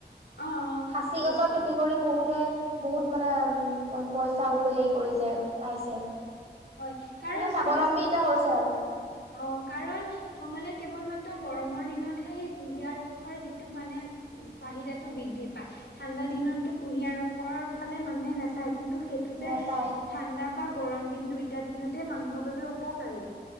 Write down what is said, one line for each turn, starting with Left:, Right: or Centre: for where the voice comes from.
Left: অ'।
Right: খাচি
Left: সাঁচি
Right: গছৰ
Left: গছ হয়
Right: খেতি কৰি বহুতে বহুত মানে পইচা আ হেৰি কৰিছে। পাইছে।
Left: হয় হয় কাৰণ
Right: মানে
Left: চাবাচোন
Right: স্বাৱলম্বী এটা হৈছে আৰু।
Left: অ', কাৰণ নহ'লে কেৱল মাত্ৰ গৰমৰ দিনতহে সেই কুঁহিয়াৰ ৰসৰ যিটো মানে চাহিদাটো বৃদ্ধি পায়। ঠাণ্ডা দিনতো কুঁহিয়াৰ ৰসৰ ফালে মানুহে নাচায় কিন্তু সেই টো যে
Right: নেচাই
Left: ঠাণ্ডা বা গৰম দিন দুইটা দিনতে মানুহৰ বাবে উপকাৰী।